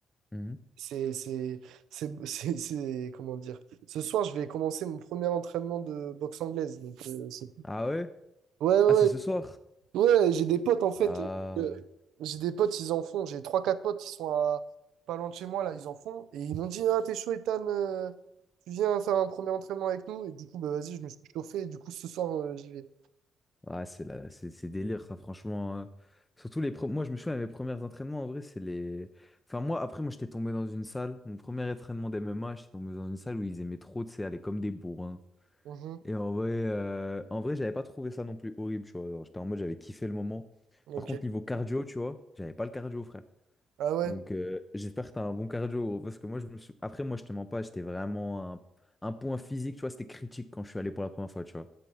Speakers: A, on the left; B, on the right.
A: Mhm.
B: C'est, c'est, c'est, <laughs> c'est, c'est- comment dire? Ce soir, je vais commencer mon premier entraînement de boxe anglaise. Donc, euh, c'est-
A: Ah ouais?
B: ouais, ouais,
A: Ah, c'est ce soir?
B: ouais, j'ai des potes en fait.
A: Ah.
B: euh, j'ai des potes, ils en font. J'ai trois quatre potes, ils sont à pas loin de chez moi là, ils en font. Et ils m'ont dit, ah, t'es chaud, Ethan, euh, tu viens faire un premier entraînement avec nous. Et du coup, bah vas-y, je me suis chauffé. Et du coup, ce soir, euh, j'y vais.
A: Ah, c'est la- c'est c'est délire, ça, franchement. hein. Surtout les pro- Moi, je me souviens, mes premiers entraînements, en vrai, c'est les. Enfin, moi, après, moi, j'étais tombé dans une salle. Mon premier entraînement d'MMA, j'étais tombé dans une salle où ils aimaient trop, tu sais, aller comme des bourrins.
B: Mhm.
A: Et en vrai, euh, en vrai, j'avais pas trouvé ça non plus horrible, tu vois. Genre, J'étais en mode, j'avais kiffé le moment.
B: Ok.
A: Par contre, niveau cardio, tu vois, j'avais pas le cardio, frère.
B: Ah ouais?
A: Donc, euh, j'espère que t'as un bon cardio, gros, parce que moi, je me suis... Après, moi, je te mens pas, j'étais vraiment un... un point physique, tu vois, c'était critique quand je suis allé pour la première fois, tu vois.